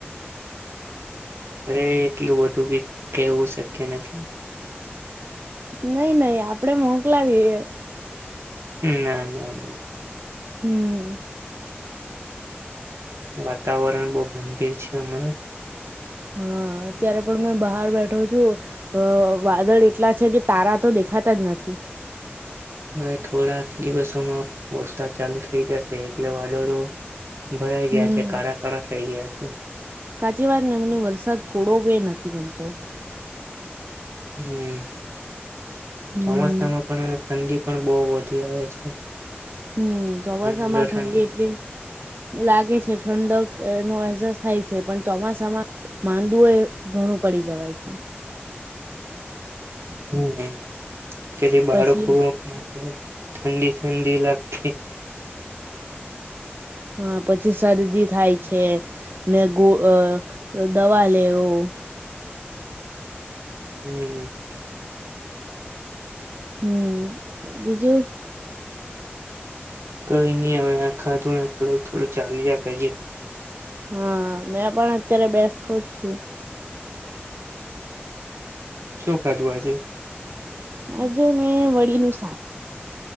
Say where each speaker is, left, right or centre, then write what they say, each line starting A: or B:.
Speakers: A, on the right; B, on the right.
A: અરે એટલું વધુ બી કેવું શક્ય નથી
B: નઈ નઈ આપડે મોકલાવી
A: ના ના ના
B: હમ્
A: વાતાવરણ બહુ ગંભીર છે અમારા
B: હા અત્યારે પણ મેં બહાર બેઠો છું વાદળ એટલા છે કે તારા તો દેખાતા જ નથી
A: હવે થોડાક દિવસોમાં વરસાદ ચાલુ થઈ જશે એટલે વાદળો ભરાઈ
B: હમ.
A: ગયા છે કાળા કળા થઇ ગયા છે હા <inaudible>
B: સાચી વાત ને મને વરસાદ થોડો બે નથી ગમતો
A: હમ
B: હમ.
A: ચોમાસામાં પણ ઠંડી પણ બહુ વધી આવે છે
B: હમ
A: ઠંડો
B: ચોમાસા માં
A: ઠંડો
B: ઠંડી એટલી લાગે છે ઠંડક એનો અહેસાસ થાય છે પણ ચોમાસામાં માંદુ એ ઘણું પડી જવાય છે.
A: હમ હમ તેથી બાળકો
B: પછી
A: મા ઠંડી ઠંડી લાગ થી
B: હા પછી સરદી થાય છે ને ગો અ દવા લેવું
A: હમ
B: હમ બીજું
A: કઈ નઈ અવે આ ખાધુંને થોડુંક થોડું ચાલીયા કરીએ
B: હા મેં પણ અત્યારે બેસતો જ છું
A: શું ખાધું આજે
B: આજે મેં વળીનું શાક